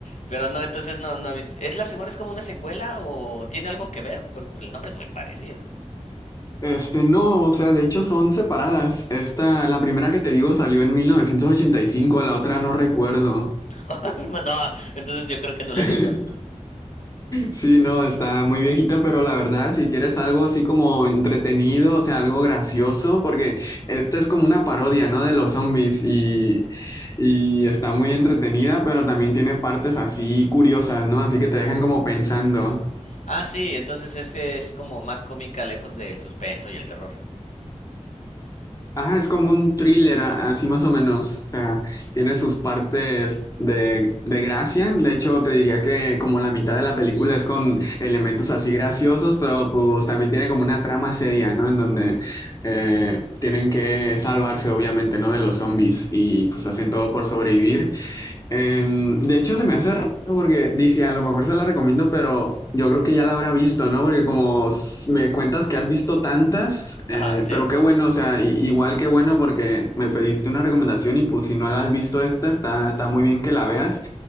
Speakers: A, on the left; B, on the left.
A: Pero no, entonces no, no he visto. ¿Es la segunda, es como una secuela o tiene algo que ver? Porque el nombre es muy parecido.
B: Este, no, o sea, de hecho son separadas. Esta, la primera que te digo salió en 1985, la otra no recuerdo.
A: <laughs> Bueno, no, entonces yo creo que no la
B: <laughs>
A: he visto.
B: Sí, no, está muy viejita, pero la verdad, si quieres algo así como entretenido, o sea, algo gracioso, porque esta es como una parodia, ¿no? De los zombies y, y está muy entretenida, pero también tiene partes así curiosas, ¿no? Así que te dejan como pensando.
A: Ah, sí, entonces es, es como más cómica, lejos del suspenso y el terror.
B: Ajá, es como un thriller, a- así más o menos. O sea, tiene sus partes de, de gracia. De hecho, te diría que como la mitad de la película es con elementos así graciosos, pero pues también tiene como una trama seria, ¿no? En donde eh, tienen que salvarse, obviamente, ¿no? De los zombies y pues hacen todo por sobrevivir. Em, de hecho, se me hace raro porque dije, a lo mejor se la recomiendo, pero yo creo que ya la habrá visto, ¿no? Porque como s- me cuentas que has visto tantas, eh,
A: Ajá, sí.
B: pero qué bueno, o sea, i- igual qué bueno porque me pediste una recomendación y pues si no la has visto esta, está, está muy bien que la veas.